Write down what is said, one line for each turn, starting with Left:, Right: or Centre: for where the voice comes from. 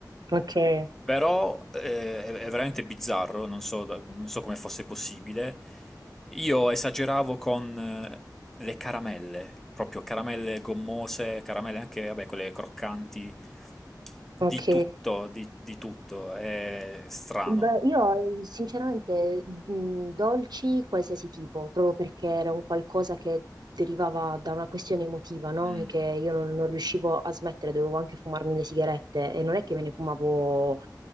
Right: ok,
Centre: Però eh, è, è veramente bizzarro, non so, da- non so come fosse possibile. Io esageravo con eh, le caramelle, proprio caramelle gommose, caramelle anche, vabbè, quelle croccanti, di
Right: ok.
Centre: tutto, di, di tutto, è strano.
Right: Beh, io eh, sinceramente mh, dolci qualsiasi tipo, proprio perché era un qualcosa che derivava da una questione emotiva, no?
Centre: Mm.
Right: E Che io non, non riuscivo a smettere, dovevo anche fumarmi le sigarette e non è che me ne fumavo